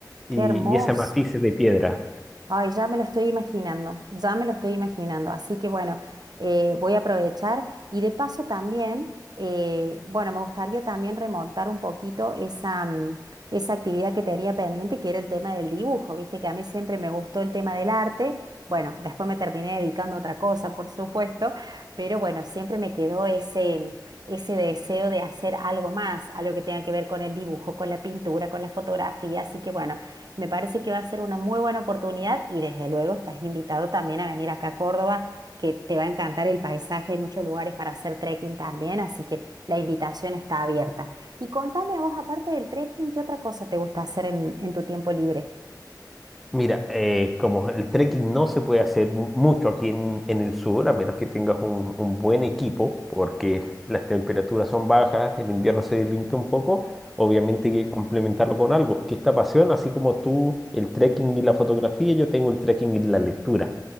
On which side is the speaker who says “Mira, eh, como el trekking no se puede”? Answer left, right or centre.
Centre